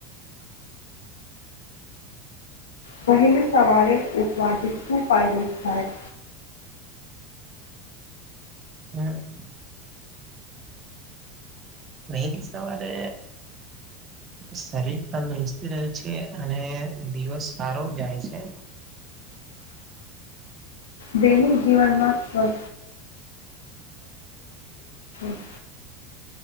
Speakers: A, on the left; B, on the right.
A: વહેલી સવારે ઉઠવાથી શું ફાયદો થાય?
B: <unintelligible> વહેલી સવારે શરીર તંદુરસ્તતી રહે છે અને દિવસ સારો જાય છે.
A: દૈનિક જીવન માં <unintelligible>